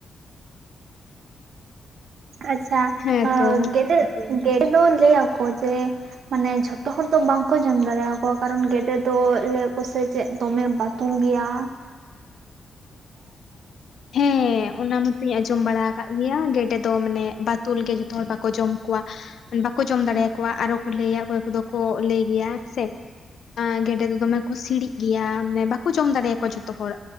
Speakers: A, on the right; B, on the left.
A: ᱟᱪᱪᱷᱟ
B: ᱦᱮᱸᱛᱚ
A: ᱜᱮᱸᱰᱮ ᱜᱮᱸᱰᱮ ᱫᱚ ᱞᱟᱹᱭ ᱟᱠᱚ ᱡᱮ ᱢᱟᱱᱮ ᱡᱷᱚᱛᱚ ᱦᱚᱲ ᱫᱚ ᱵᱟᱝᱠᱚ ᱡᱚᱢ ᱫᱟᱲᱮᱭᱟ ᱠᱚᱣᱟ ᱠᱟᱨᱚᱱ ᱜᱮᱸᱰᱮ ᱫᱚ ᱞᱟᱹᱭᱟ ᱠᱚᱥᱮ ᱪᱮᱫ ᱫᱚᱢᱮ ᱵᱟ- ᱛᱩᱞ ᱜᱮᱭᱟ᱾
B: ᱦᱮᱸᱻ ᱚᱱᱟ ᱢᱟᱛᱚᱧ ᱟᱸᱡᱚᱢ ᱵᱟᱲᱟ ᱟᱠᱟᱫ ᱜᱮᱭᱟ ᱜᱮᱸᱰᱮ ᱫᱚ ᱢᱟᱱᱮ ᱵᱟᱛᱩᱞ ᱜᱮ ᱡᱚᱛᱚ ᱦᱚᱲ ᱵᱟᱠᱚ ᱡᱚᱢ ᱠᱚᱣᱟ᱾ ᱵᱟᱠᱚ ᱡᱚᱢ ᱫᱟᱲᱮᱭᱟ ᱠᱚᱣᱟ ᱟᱨᱚ ᱠᱚ ᱞᱟᱹᱭᱟ ᱚᱠᱚᱭ ᱠᱚᱫᱚ ᱠᱚ ᱞᱟᱹᱭ ᱜᱮᱭᱟ ᱥᱮ ᱜᱮᱸᱰᱮ ᱫᱚ ᱫᱚᱢᱮ ᱠᱚ ᱥᱤᱲᱤᱜ ᱜᱮᱭᱟ ᱢᱟᱱᱮ ᱵᱟᱠᱚ ᱡᱚᱢ ᱫᱟᱲᱮᱭᱟ ᱠᱚᱣᱟ ᱡᱷᱚᱛᱚ ᱦᱚᱲ